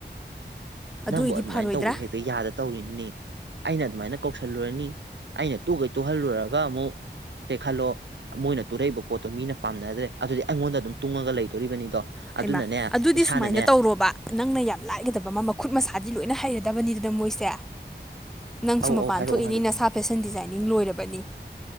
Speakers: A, in the centre; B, on the right.
A: ꯑꯗꯨꯏꯗꯤ
B: ꯅꯪꯕꯨ ꯑꯗꯨꯃꯥꯏꯅ
A: ꯐꯔꯣꯏꯗ꯭ꯔꯥ
B: ꯇꯧꯕꯁꯦ ꯍꯦꯛꯇ ꯌꯥꯗ ꯇꯧꯔꯤꯅꯤꯅꯦ ꯑꯩꯅ ꯑꯗꯨꯃꯥꯏꯅ ꯀꯧꯁꯤꯜꯂꯨꯔꯅꯤ ꯑꯩꯅ ꯇꯨꯈꯩ ꯇꯨꯍꯜꯂꯨꯔꯒ ꯑꯃꯨꯛ ꯁꯦ ꯈꯜꯂꯣ ꯃꯣꯏꯅ ꯇꯨꯔꯛꯏꯕ ꯄꯣꯠꯇꯣ ꯃꯤꯅ ꯄꯥꯝꯅꯗ꯭ꯔꯦ ꯑꯗꯨꯗꯤ ꯑꯩꯉꯣꯟꯗ ꯑꯗꯨꯝ ꯇꯨꯡꯉꯒ ꯂꯩꯗꯣꯔꯤꯕꯅꯤꯗꯣ
A: ꯍꯩꯃ
B: ꯑꯗꯨꯅꯅꯦ
A: ꯑꯗꯨꯗꯤ
B: ꯏꯁꯥꯅꯅꯦ
A: ꯁꯨꯃꯥꯏꯅ ꯇꯧꯔꯣꯕ ꯅꯪꯅ ꯌꯥꯝ ꯂꯥꯏꯒꯗꯕ ꯑꯃ ꯃꯈ ꯈꯨꯠ ꯃꯁꯥꯗꯤ ꯂꯣꯏꯅ ꯍꯩꯔꯗꯕꯅꯤꯗꯅ ꯃꯣꯏꯁꯦ ꯅꯪꯁꯨ
B: ꯑꯧ
A: ꯃꯄꯥꯟ
B: ꯑꯧ ꯍꯥꯏꯔꯛꯑꯣ
A: ꯊꯣꯛꯏꯅꯤ
B: ꯍꯥꯏꯔꯛꯑꯣ
A: ꯅꯁꯥ ꯐꯦꯁꯟ ꯗꯤꯖꯥꯏꯅꯤꯡ ꯂꯣꯏꯔꯕꯅꯤ